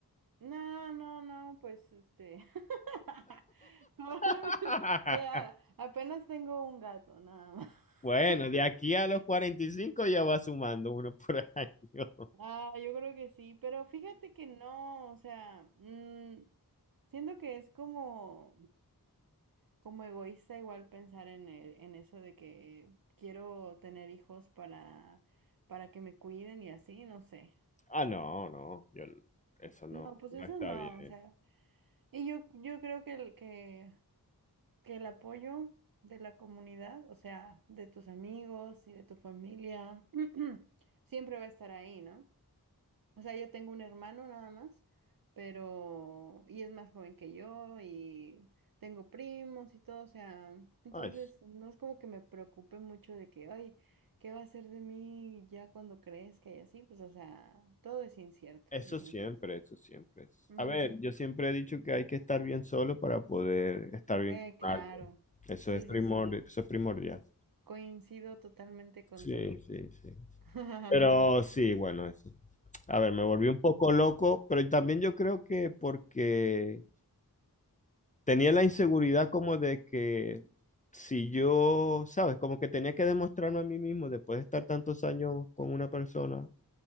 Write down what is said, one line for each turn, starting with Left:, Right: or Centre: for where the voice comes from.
Right: No, no, no, pues este... <laughs> Como- <laughs>
Left: <laughs>
Right: Te- a- apenas tengo un gato, nada más.
Left: Bueno,
Right: <laughs>
Left: de aquí a los 45 ya va sumando uno por <laughs> año.
Right: Ah, yo creo que sí, pero fíjate que no, o sea, mm, siento que es como, como egoísta igual pensar en el- en eso de que quiero tener hijos para, para que me cuiden y así, no sé.
Left: Ah, no, no, yo, eso
Right: No,
Left: no,
Right: pues
Left: no
Right: eso
Left: está
Right: no,
Left: bien.
Right: o sea, y yo, yo creo que el, que, que el apoyo de la comunidad, o sea, de tus amigos y de tu familia, <clears throat> siempre va a estar ahí, ¿no? O sea, yo tengo un hermano nada más, pero... Y es más joven que yo y tengo primos y todo, o sea, entonces
Left: Ay,
Right: no es como que me preocupe mucho de que, ay, ¿qué va a ser de mí ya cuando crezca y así? Pues, o sea, todo es incierto,
Left: Eso
Right: entonces.
Left: siempre, eso siempre.
Right: ujú.
Left: A ver, yo siempre he dicho que hay que estar bien solo para poder estar bien
Right: Eh,
Left: con
Right: claro,
Left: alguien. Eso
Right: sí,
Left: es primordial,
Right: sí, sí,
Left: eso es primordial.
Right: coincido totalmente contigo.
Left: Sí, sí, sí.
Right: <laughs>
Left: Pero sí, bueno, eso. A ver, me volví un poco loco, pero también yo creo que porque tenía la inseguridad como de que si yo, ¿sabes? Como que tenía que demostrarme a mí mismo después de estar tantos años con una persona